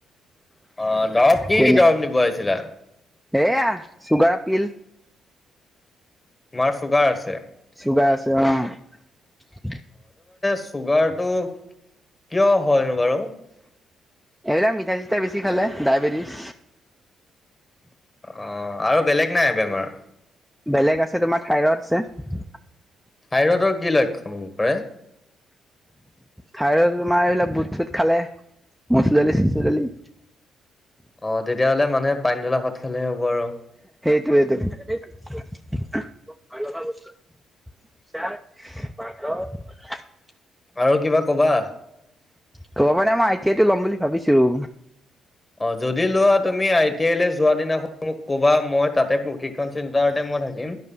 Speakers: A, on the left; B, in the centre.
A: অহ দৰৱ কি-কি
B: কেনে
A: দৰৱ নিব আহিছিলা।
B: এয়া চুগাৰ পিল
A: তোমাৰ চুগাৰ আছে।
B: চুগাৰ আছে অ',
A: চুগাৰতটো কিয় হয়নো বাৰু?
B: এইবিলাক মিঠা চিঠা বেছি খালে ডায়বেটিছ
A: অ আৰু বেলেগ নাই বেমাৰ?
B: বেলেগ আছে তোমাৰ, থাইৰয়ড আছে।
A: থাইৰয়ডৰ কি লক্ষণ হ'ব পাৰে?
B: থাইৰয়ড তোমাৰ এইবিলাক বুট-চুট খালে, মচুৰ দালি, চচুৰ দালি।
A: অহ' তেতিয়াহ'লে মানে, পানী ধলা ভাত খালে হে হ'ব আৰু।
B: <unintelligible> <unintelligible>
A: আৰু কিবা কবা?
B: ত মানে মই আই টি আইতো ল'ম বুলি ভাবিছোঁ।
A: অ যদি লোৱা তুমি আই টি আই যোৱা দিনাখন মোক ক'বা মই তাতে প্ৰশিক্ষণ চেণ্টাৰতে মই থাকিম।